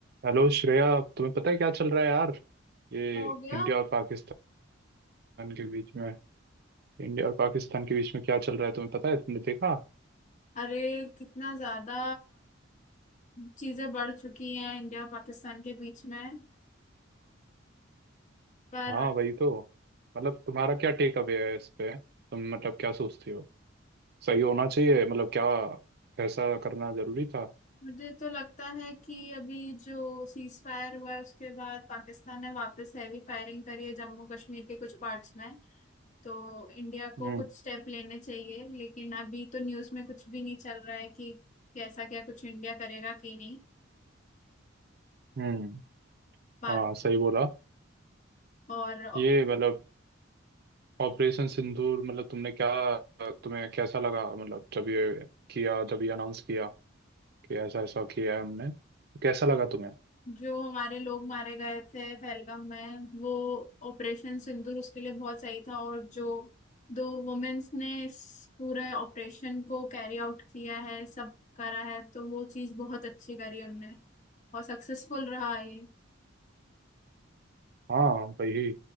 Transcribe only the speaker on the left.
क्या हो गया
अरे कितना ज्यादा चीजें बढ़ चुकी हैं इंडिया पाकिस्तान के बीच में पर
मुझे तो लगता है कि अभी जो सीज फायर हुआ है उसके बाद पाकिस्तान ने वापस हैवी फायरिंग करी है जम्मू कश्मीर के कुछ पार्ट्स में तो इंडिया
को कुछ स्टेप लेने चाहिए लेकिन अभी तो न्यूज़ में कुछ भी नहीं चल रहा है कि कैसा क्या कुछ इंडिया करेगा कि नहीं
बात
और
जो हमारे लोग मारे गए थे पहलगाम में वो ऑपरेशन सिंदूर उसके लिए बहुत सही था और जो दो वुमेन्स ने इस पूरे ऑपरेशन को कैरी आउट किया है सब करा है तो वो चीज बहुत अच्छी करी उनने और सक्सेसफुल रहा ये